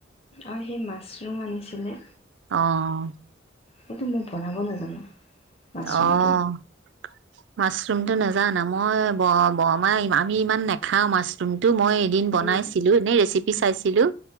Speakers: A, on the left; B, on the right.
A: অ', সেই মাছৰুম আনিছিলে।
B: অ'।
A: কিন্তু মই বনাব নাজানো। মাছৰুমটো।
B: অ', মাছৰুমটো নেজানা? মই ব-বৰমাই <unintelligible> আমি ইমান নাখাওঁ মাছৰুমতো। মই এদিন বনাইছিলোঁ
A: উম,
B: এনেই ৰেচি <unintelligible> চাইছিলোঁ।